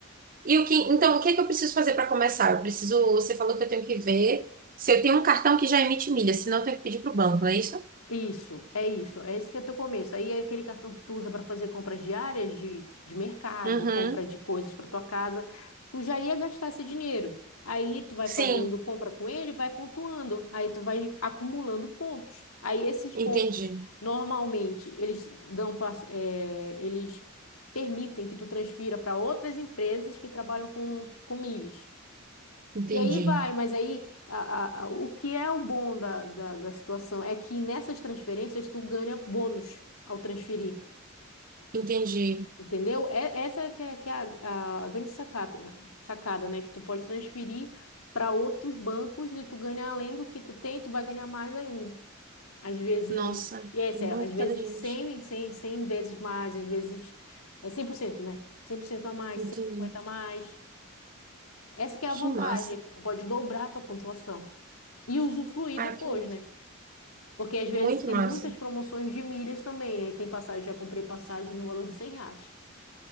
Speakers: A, on the right; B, on the left.
A: E o que, então, o que é que eu preciso fazer para começar? Eu preciso, você falou que eu tenho que ver se eu tenho um cartão que já emite milha, senão eu tenho que pedir para o banco, não é isso?
B: Isso, é isso. É esse que é o teu começo. Aí é aquele cartão que tu usa para fazer compras diárias de, de mercado,
A: Uhum.
B: compra de coisas para tua casa. Tu já ia gastar esse dinheiro. Aí tu vai fazendo
A: Sim,
B: compra com ele, vai pontuando. Aí tu vai acumulando pontos. Aí esses
A: entendi,
B: pontos, normalmente, eles dão pra, eh, eles permitem que tu transfira para outras empresas que trabalham com, com milhas.
A: entendi,
B: E aí vai, mas aí a- a- a- o que é o bom da, da, da situação é que nessas transferências tu ganha bônus ao transferir,
A: entendi.
B: entendeu? É, essa que é, que é a, a grande sacada, né? sacada, né? Que tu pode transferir para outros bancos e tu ganha além do que tu tem, tu vai ganhar mais ainda. Às vezes,
A: Nossa,
B: e é sério,
A: muito
B: às vezes
A: inteligente.
B: 100, cem 100 vezes mais, às vezes é 100% né? cem por cento a mais,
A: Entendi.
B: 150 a mais. Essa que é
A: Que
B: a vantagem,
A: massa.
B: que tu pode dobrar a tua pontuação. e usufruir
A: Ai,
B: depois,
A: que massa.
B: né? Porque às vezes
A: Muito
B: tem
A: massa.
B: muitas promoções de milhas também. Aí tem passagem, já comprei passagem no valor de 100 reais.